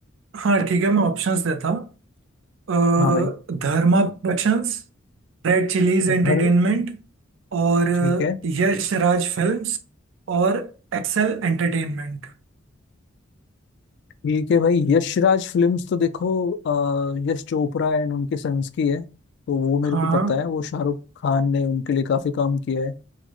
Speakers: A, on the right (about 65°); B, on the left (about 55°).
A: हाँ ठीक है मैं ऑप्शंस देता हूँ अ,
B: हाँ भाई
A: धर्मा प्रोडक्शंस रेड चिलीज एंटरटेनमेंट
B: घर
A: और
B: ठीक है
A: यश राज फिल्म्स और एक्सेल एंटरटेनमेंट
B: ठीक है भाई यशराज फिल्म्स तो देखो अ, यश चोपड़ा एंड उनके सन्स की है तो वो मेरे
A: हाँ
B: को पता है वो शाहरुख खान ने उनके लिए काफी काम किया है